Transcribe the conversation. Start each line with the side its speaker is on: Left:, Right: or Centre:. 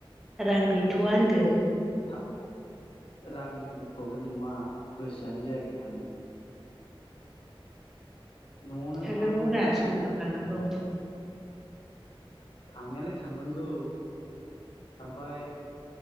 Centre: रां गैथ'वा होनदो
Left: था रांनिबो प्रब्लेम नङा गोसोआनो जायाखै थांनो न'आवनो
Centre: थांनांगौ
Left: थाबाय थानो
Centre: रा
Left: गोसो
Centre: सम
Left: जायो
Centre: सम थांनांगौ
Left: थांनायालाय थांनांगौ ओमफाय